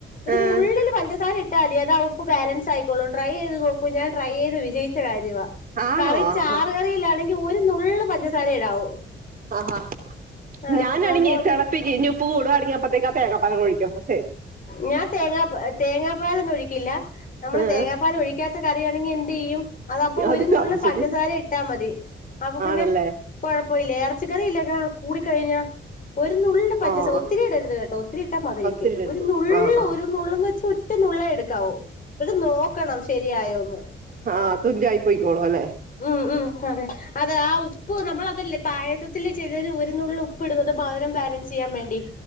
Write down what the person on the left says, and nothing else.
ഒരു
നുള്ളില് പഞ്ചസാര ഇ ട്ടാതി അതാ ഉപ്പ് ബാലൻസായിക്കോളും. ട്രൈ ചെയ്ത് നോക്കൂ. ഞാൻ ട്രൈ ചെയ്ത് വിജയിച്ച കാര്യവാ.
കറി
ചാറ് കറിയിലാണെങ്കി ഒരു നുള്ള് പഞ്ചസാരേ ഇടാവൂ.
ആഹ്
അപ്പൊ അത്
ഞാൻ തേങ്ങാപ്പ ഏഹ് തേങ്ങാപ്പാലൊന്നും ഒഴിക്കില്ലാ. നമ്മള്
തേങ്ങാപ്പാൽ ഒഴി ക്കാത്ത കറിയാണെങ്കി എന്ത്‌ ചെയ്യും. അത അപ്പൊ
ഒരു നുള്ള്
പഞ്ചസാര ഇട്ടാ മതീ. അപ്പൊ പിന്നെ
കൊഴപ്പ ഇല്ല. എറച്ചി കറിയിലേക്കാ കൂടിക്കഴിഞ്ഞാ ഒരു നുള്ള് പഞ്ചസ
ഒത്തിരി ഇടരുത് കേട്ടോ. ഒത്തിരി ഇട്ടാ മധുരിക്കും.
ഒരു നുള്ള്
ഒരു നുള്ളെന്ന് വച്ച ഒറ്റ നുള്ളേ എടുക്കാവൂ. എന്നിട്ട് നോക്കണം ശരിയായോന്ന്
ഉം ഉം അതെ അതെ. ആഹ് ഉപ്പ് നമ്മള് അതല്ലേ പായസത്തില് ചിലര് ഒരു നുള്ള് ഉപ്പ് ഇടുന്നത്. മധുരം ബാലൻസ് ചെയ്യാൻ വേണ്ടി.